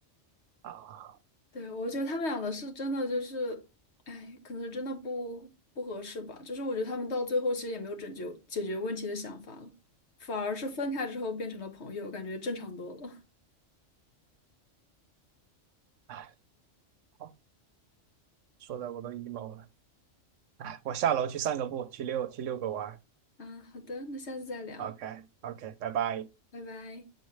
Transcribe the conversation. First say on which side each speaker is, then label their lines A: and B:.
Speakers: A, on the right; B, on the left.
A: 啊。
B: 对，我觉得他们俩的是真的就是，哎，可能是真的不不合适吧。就是我觉得他们到最后其实也没有拯救解决问题的想法了，反而是分开之后变成了朋友，感觉正常多了。
A: 哎，好，说的我都 emo 了。哎，我下楼去散个步，去遛去遛个弯儿
B: <laughs> 啊，好的，那下次再聊，
A: OK OK，拜拜。
B: 拜拜。